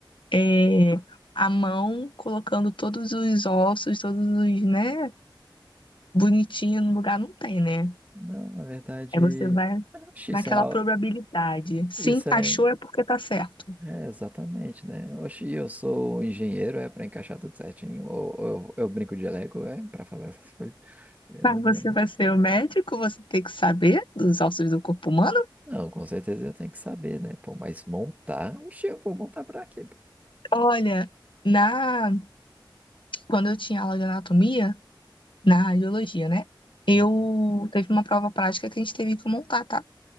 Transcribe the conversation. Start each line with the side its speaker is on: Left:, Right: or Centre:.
Left: é, a mão, colocando todos os ossos, todos os, né, bonitinho no lugar, não tem, né?
Right: não, na verdade,
Left: Aí você vai
Right: oxi,
Left: naquela
Right: isso é, a-
Left: probabilidade. Se
Right: isso
Left: encaixou
Right: é,
Left: é porque tá certo.
Right: é exatamente, né? Oxi, eu sou um engenheiro, é para encaixar tudo certinho, ou, ou eu, eu brinco de Lego, é para fazer essas coisas. Eu
Left: Mas
Right: não.
Left: você vai ser o médico, você tem que saber dos ossos do corpo humano?
Right: Não, com certeza eu tenho que saber, né? Pô, mas montar, oxe, eu vou montar pra quê? pô?
Left: Olha, na quando eu tinha aula de anatomia, na radiologia, né? Eu
Right: Hum.
Left: teve uma prova prática que a gente teve que montar, tá?